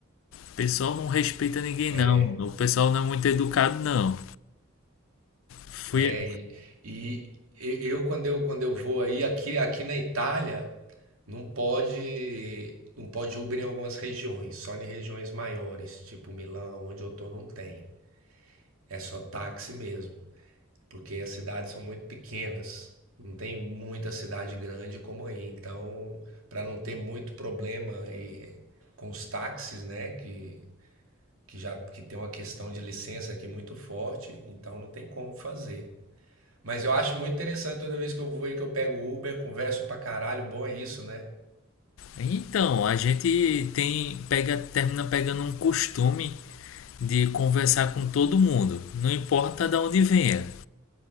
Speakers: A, on the left; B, on the right.
A: O pessoal não respeita ninguém,
B: É,
A: não. O pessoal não é muito educado, não. Fui.
B: é. E, e e- eu quando eu quando eu vou aí aqui aqui na Itália não pode não pode Uber em algumas regiões, só em regiões maiores, tipo Milão, onde eu tô, não tem. É só táxi mesmo, porque as cidades são muito pequenas. Não tem muita cidade grande como aí. Então, para não ter muito problema eh, com os táxis, né, que que já que tem uma questão de licença aqui muito forte, então não tem como fazer. Mas eu acho muito interessante toda vez que eu vou e que eu pego o Uber, converso pra caralho, bom é isso, né?
A: Então, a gente tem pega termina pegando um costume de conversar com todo mundo, não importa de onde venha.